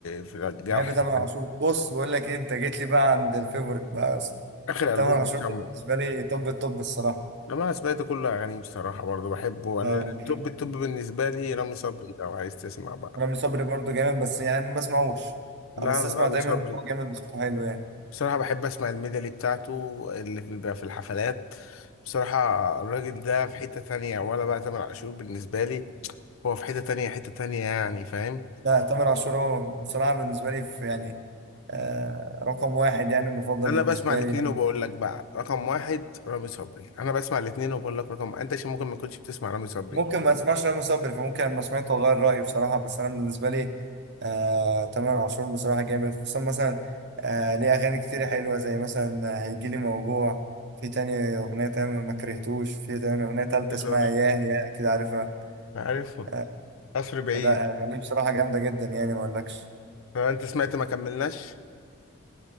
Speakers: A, on the left; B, on the right.
A: في الجرح
B: بحب تامر
A: يعني
B: عاشور بص بقول لك ايه انت جيت لي بقى عند الفيفوريت بقى يا اسطى
A: اخر
B: تامر
A: البوم
B: عاشور
A: بسمعه
B: ده بالنسبه لي طب الطب الصراحه
A: لما انا سمعت كل اغانيه بصراحه برضه بحبه انا
B: آه يعني
A: التوب التوب بالنسبه لي رامي صبري لو عايز تسمع بقى
B: رامي صبري برضه جامد بس يعني ما بسمعوش
A: لا
B: آه، بس
A: انا
B: اسمع
A: رامي
B: دايما
A: صبري
B: إن هو جامد بصوته حلو يعني
A: بصراحة بحب أسمع الميدالي بتاعته اللي في- بيبقى في الحفلات بصراحة الراجل ده في حتة تانية ولا بقى تامر عاشور بالنسبة لي هو في حتة تانية حتة تانية يعني فاهم
B: لا تامر عاشور هو بصراحه بالنسبه لي في يعني آه رقم واحد يعني مفضل
A: أنا
B: بالنسبه
A: بسمع الاتنين
B: لي يعني
A: وبقول لك بقى رقم واحد رامي صبري أنا بسمع الاتنين وبقول لك رقم أنت عشان ممكن ما كنتش بتسمع رامي صبري
B: ممكن ما اسمعش رامي صبري فممكن لما سمعته اغير رايي بصراحه بس انا بالنسبه لي آه تامر عاشور بصراحه جامد خصوصا مثلا آه ليه اغاني كتير حلوه زي مثلا هيجيلي موجوع في تاني اغنيه تانية ما كرهتوش في تاني اغنيه تالتة
A: بصراحة
B: اسمها ياه ياه اكيد عارفها
A: عارف
B: آه
A: قصر بعيد
B: لا اغانيه بصراحه جامده جدا يعني ما اقولكش
A: هو أنت سمعت ما كملناش؟